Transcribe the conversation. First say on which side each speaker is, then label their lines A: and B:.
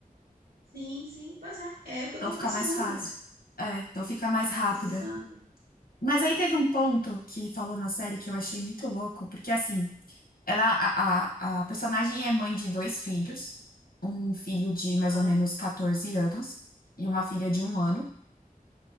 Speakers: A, on the right; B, on the left.
A: sim, sim, pois é, é o que
B: Então
A: eu tô
B: fica
A: precisando.
B: mais fácil. É, então fica mais
A: Eu tô
B: rápida.
A: precisando.
B: Mas aí teve um ponto que falou na série que eu achei muito louco, porque assim. Ela, a, a, a personagem é mãe de dois filhos, um filho de mais
A: Ah,
B: ou menos 14 anos e uma filha de um ano.